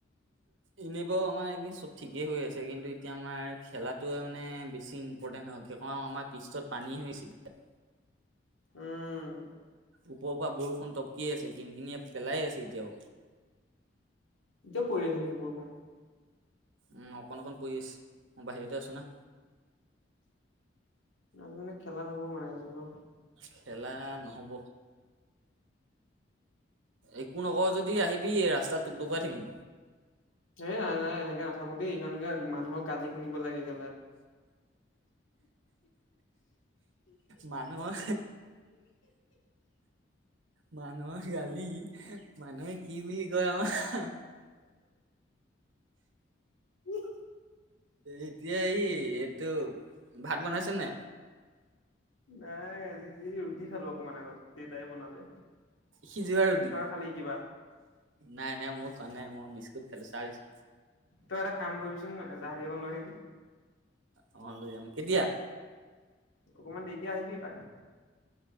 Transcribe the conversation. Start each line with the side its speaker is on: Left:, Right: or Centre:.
Right: এনে বাৰু আমাৰ এনেই চব ঠিকেই হৈ আছে। কিন্তু এতিয়া আমাৰ খেলাটোৱে মানে বেছি ইম্পৰ্টেণ্ট হয়, কি কও আমাৰ পিতছত পানী হৈছে এতিয়া।
Left: উম।
Right: ওপৰৰ পৰা বৰষুণ টপকিয়ে আছে, কিনকিনিয়া পেলাইয়ে আছে এতিয়াও।
Left: এতিয়াও পৰি আছে নেকি বৰষুণ?
Right: উম, অকণ-অকণ পৰি আছে। মই বাহিৰতে আছো না।
Left: আজি মানে খেলা নহ'ব মানে আজি আৰু
Right: খেলা নহ'ব। একো নকৱ যদি আহিবি ৰাস্তাত টুকটুকৰাই থাকিম।
Left: এ নাই নাই এনেকে নাথাকো দেই। এই কাৰণে মানুহৰ গালি শুনিব লাগে গ
Right: মানুহৰ মানুহৰ গালি মানুহে কি বুলি কয় আমাৰ
Left: উম
Right: এতিয়া এই এইটো ভাত বনাইছ নে?
Left: নাই। আজি ৰুটি খালো অকমান আগতে দেউতাই বনালে
Right: সিজোৱা ৰুটি
Left: তই খালি কিবা
Right: নাই নাই মোৰ খোৱা নাই মই বিচ খেল চাই লৈছো
Left: তই এটা কাম কৰিবি চোন। ছোতা হাতি এখন লৈ আহিবি
Right: অ লৈ যাম কেতিয়া?
Left: অকমান দেৰিকে আহিবি এপাক।